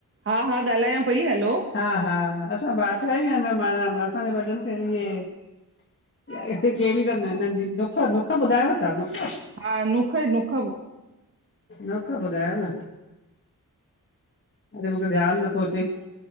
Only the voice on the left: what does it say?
हा हा असां भाटिया ई आहिनि माना असांजे वॾनि खे इहे हिते कहिड़ी अथ हिननि जी नुख नुख ॿुधायव छा नुख
नुख ॿुधायो न अरे मूंखे ध्यानु नथो अचे